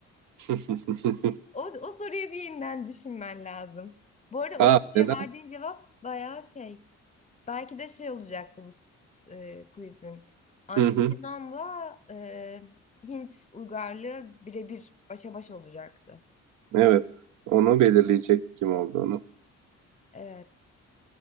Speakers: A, on the right; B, on the left.
A: <laughs>
B: O, o soruyu bir yeniden düşünmen lazım. Bu arada
A: Aa
B: o soruya
A: neden?
B: verdiğin cevap bayağı şey. Belki de şey olacaktı bu s- e, quizin. Antik
A: <laughs>
B: Yunan'la e, Hint uygarlığı birebir başa baş olacaktı.
A: Evet, onu belirleyecekti kim olduğunu.
B: Evet.